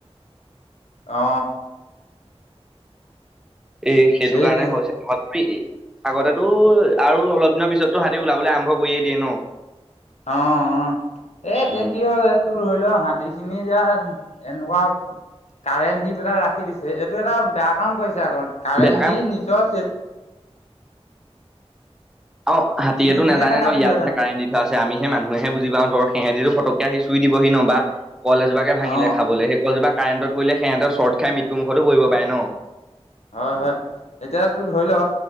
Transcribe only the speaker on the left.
অ।
সেই
তেনো
অ অ। এ এতিয়া
কি হ'ল এই তোৰ ধৰি ল হাতী খিনি এতিয়া এনেকুৱা। কাৰেণ্ট দি পেলাই ৰাখি দিছে এইটো এটা বেয়া কাম কৰিছে আকৌ কাৰেণ্ট
দি নিজৰ।
গছনি খিনিয়ে
নেকাটিলোহেঁতেন
অ
হয় হয় এতিয়াতো ধৰি ল